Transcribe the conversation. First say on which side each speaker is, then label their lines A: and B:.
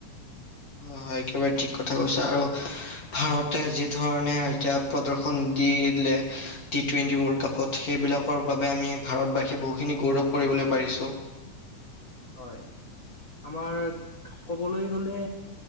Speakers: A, on the left (about 35°); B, on the left (about 65°).
A: হয় হয় একেবাৰে ঠিক কথা কৈছে আৰু ভাৰতে যি ধৰণে এতিয়া প্ৰদৰ্শন দি দিলে টি টুৱেণ্টি ৱৰ্ল্ড কাপত সেইবিলাকৰ
B: হয়
A: বাবে আমি ভাৰতবাসীয়ে
B: হয় হয়
A: বহুখিনি গৌৰৱ কৰিবলৈ পাৰিছোঁ
B: হয় আমাৰ কবলৈ গলে